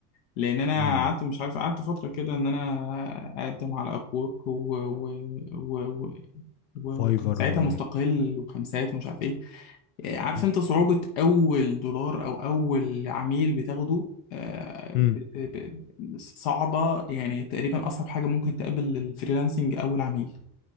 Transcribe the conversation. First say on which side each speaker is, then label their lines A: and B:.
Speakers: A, on the left; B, on the left.
A: لان انا
B: امم
A: قعدت مش عارف قعدت فتره كده ان انا اقدم على ابورك و... و... و... وكان
B: فايفر
A: ساعتها
B: و
A: مستقل وخمسات ومش عارف ايه آه، عارف
B: امم
A: انت صعوبة أول دولار أو أول عميل بتاخده آه،
B: إمم.
A: ب- ب- ب- صعبة يعني تقريبا أصعب حاجة ممكن تقابل الفريلانسنج أول عميل